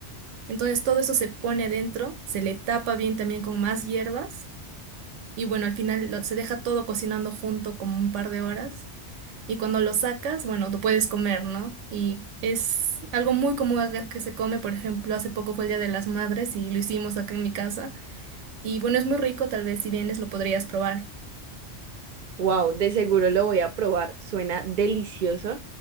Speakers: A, on the right; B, on the right.
A: Entonces todo eso se pone adentro, se le tapa bien también con más hierbas y bueno, al final lo- se deja todo cocinando junto como un par de horas y cuando lo sacas, bueno, lo puedes comer, ¿no? Y es algo muy común acá que se come, por ejemplo, hace poco fue el Día de las Madres y lo hicimos acá en mi casa. Y bueno, es muy rico, tal vez si vienes lo podrías probar.
B: Wow, de seguro lo voy a probar. Suena delicioso